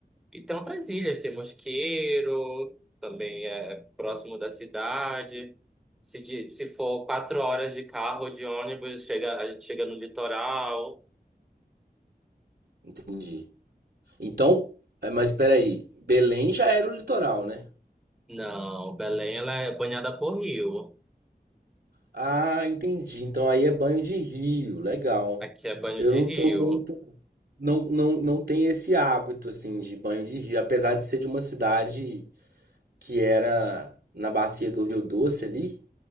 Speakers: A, in the centre; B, on the right.
A: E tem outras ilhas, tem Mosqueiro, também é próximo da cidade. Se, de- se for quatro horas de carro ou de ônibus, chega, a gente chega no litoral.
B: entendi. Então, é, mas peraí, Belém já era o litoral, né?
A: Não, Belém ela é banhada por rio.
B: Ah, entendi. Então aí é banho de rio, legal.
A: Aqui é banho
B: Eu
A: de
B: não
A: rio.
B: sou muito, não, não, não tenho esse hábito assim de banho de rio, apesar de ser de uma cidade que era na bacia do Rio Doce ali.